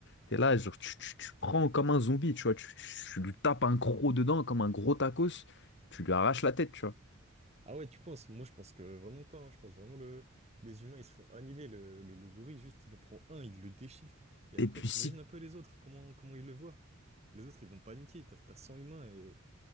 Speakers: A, on the left; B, on the right.
A: T'es là, genre, tu, tu- tu prends comme un zombie, tu vois, tu, tu- tu lui tapes un croc dedans comme un gros tacos, tu lui arraches la tête, tu vois.
B: Ah ouais, tu penses? Moi, je pense que vraiment pas, hein. Je pense vraiment le, les humains, ils se font annihiler. Le, le, le gorille, juste, il en prend un, il le déchiquette. Et après,
A: Et puis
B: t'imagines
A: si...
B: un peu les autres, comment, comment ils le voient? Les autres, ils vont paniquer, t'as t'as 100 humains et...